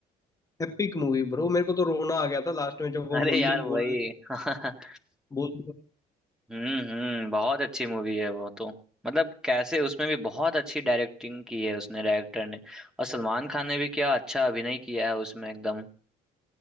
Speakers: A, on the left; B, in the centre.
A: एपिक मूवी ब्रो मेरे को तो रोना आ गया था लास्ट में जब वो
B: अरे
A: मुन्नी
B: यार वही
A: बोल
B: <laughs>
A: बोल
B: हम्म हम्म बहुत अच्छी मूवी है वो तो मतलब कैसे उसमें भी बहुत अच्छी डायरेक्टिंग की है उसने डायरेक्टर ने और सलमान खान ने भी क्या अच्छा अभिनय किया है उसमें एकदम